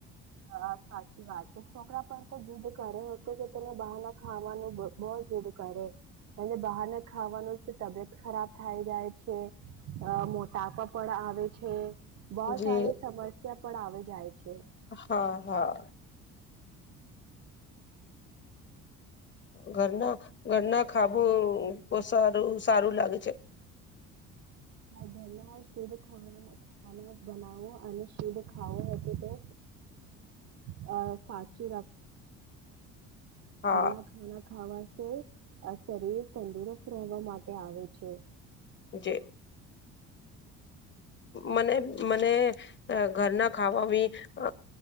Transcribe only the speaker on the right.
હા સાચી વાત છે, છોકરા પણ તો જીદ કરે તો કે તેને બહાર ના ખાવાનું બો જીદ્દ કરે, અને બહાર ના ખાવાનું તબિયત ખરાબ થાય જાય છે, અ મો તાપા પણ આવે છે, બો
સારી સમસ્યા પણ આવે છે, જાય છે
ઘર શુદ્ધ ખાવાનું <inaudible> બનાવો અને શુદ્ધ ખાવા <inaudible> હવે ધારી
રાખ ખાવાસે અ શરીર તંદુરસ્ત રહેવા માટે આવે છે.